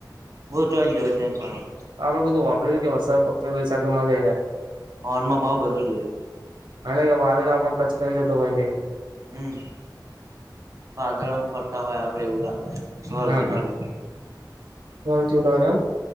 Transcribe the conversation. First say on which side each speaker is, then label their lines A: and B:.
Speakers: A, on the right; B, on the right.
A: બહુ આજ લોડ નહી પડવા.
B: આપડે બધું વાપરી કે વરસાદ પડતો તો મજા આવી જાય.
A: પવન માં ભાવ વધી ગઈ.
B: હા લા કે વાદલા આપ ટચ કરીને જતો હોય કે.
A: હમ્મ, વાદળ આમ ફરતા હોય આપડે એવું લાગે. સ્વર્ગ
B: હા હા
A: જેવું
B: કહું છું આ એમ.